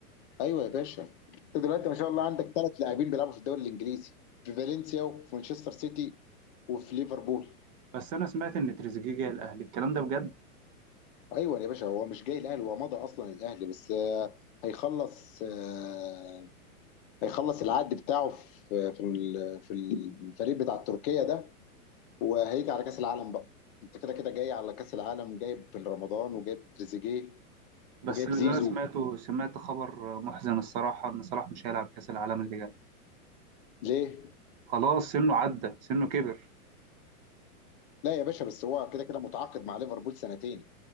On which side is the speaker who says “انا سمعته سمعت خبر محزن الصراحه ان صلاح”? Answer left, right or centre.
Right